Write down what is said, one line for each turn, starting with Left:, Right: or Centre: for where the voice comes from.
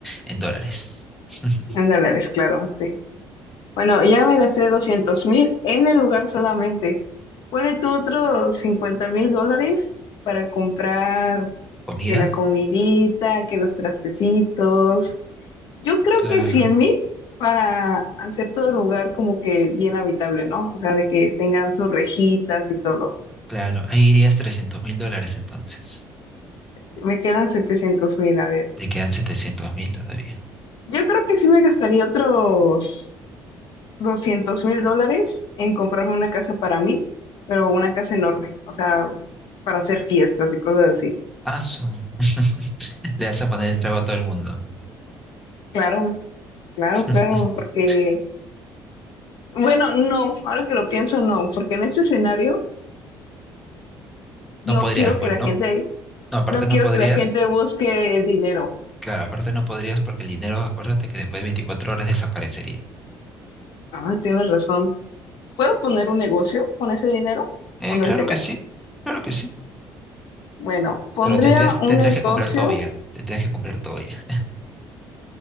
Centre: en dólares. <laughs>
Left: En dólares, claro, sí. Bueno, ya me gasté doscientos mil en el lugar solamente. Ponle tú otros cincuenta mil dólares para comprar.
Centre: ¿Comidas?
Left: que la comidita, que los trastecitos. Yo creo
Centre: Claro,
Left: que cien mil para hacer todo el lugar como que bien habitable, ¿no? O sea, de que tengan sus rejitas y todo.
Centre: claro. Ahí irías trescientos mil dólares entonces.
Left: Me quedan setecientos mil, a ver.
Centre: Le quedan setecientos mil todavía.
Left: Yo creo que sí me gastaría otros doscientos mil dólares en comprarme una casa para mí, pero una casa enorme, o sea, para hacer fiestas y cosas así.
Centre: Ah, su- <laughs> Le vas a poner el trago a todo el mundo.
Left: Claro, claro,
Centre: <laughs>
Left: claro, porque, bueno, no, ahora que lo pienso, no, porque en este escenario no
Centre: No podrías,
Left: quiero
Centre: pues,
Left: que la
Centre: no.
Left: gente
Centre: No, aparte
Left: No
Centre: no
Left: quiero
Centre: podrías.
Left: que la gente busque el dinero.
Centre: Claro, aparte no podrías porque el dinero, acuérdate que después de 24 horas desaparecería.
Left: Ah, tienes razón. ¿Puedo poner un negocio con ese dinero
Centre: Eh,
Left: o no
Centre: claro
Left: es legal?
Centre: que sí, claro que sí.
Left: Bueno, pondría
Centre: Pero tendrías,
Left: un
Centre: tendrías
Left: negocio,
Centre: que comprar todo ya. Tendrías que comprar todo ya.